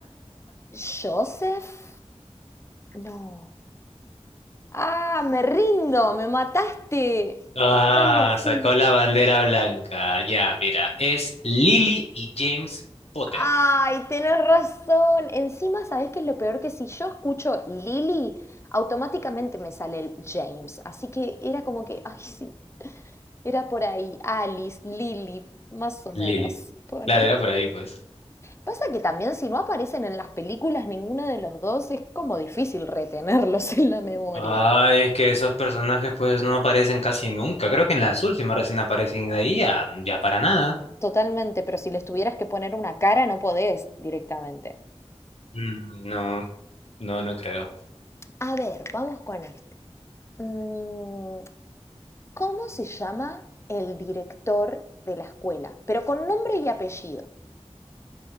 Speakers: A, on the left; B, on the left.
A: Joseph, no. Ah, me rindo, me mataste.
B: Ah,
A: Pero era algo así.
B: sacó la bandera blanca. Ya, mira, es Lily y James Potter.
A: Ay, tenés razón. Encima, ¿sabés qué es lo peor? Que si yo escucho Lily, automáticamente me sale el James. Así que era como que, ay, sí, era por ahí. Alice, Lily, más o menos.
B: Lily.
A: Ponele.
B: Claro, era por ahí, pues.
A: Pasa que también si no aparecen en las películas ninguno de los dos, es como difícil retenerlos en la memoria.
B: Ah, es que esos personajes pues no aparecen casi nunca. Creo que en las últimas recién aparecen y de ahí ya, ya para nada.
A: Totalmente, pero si les tuvieras que poner una cara, no podés directamente.
B: Mm, No, no, no creo.
A: A ver, vamos con esto. Mm, ¿Cómo se llama el director de la escuela? Pero con nombre y apellido.